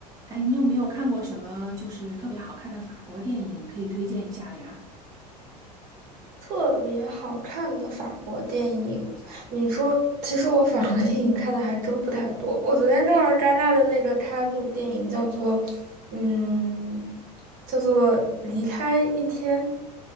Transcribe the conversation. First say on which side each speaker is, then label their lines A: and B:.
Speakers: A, on the right; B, on the right.
A: 哎，你有没有看过什么就是特别好看的法国电影可以推荐一下的呀？
B: 特别好看的法国电影，你说，其实我法国电影看的还真不太多。我昨天看了戛纳的那个开幕电影，叫做，嗯，叫做《离开一天》，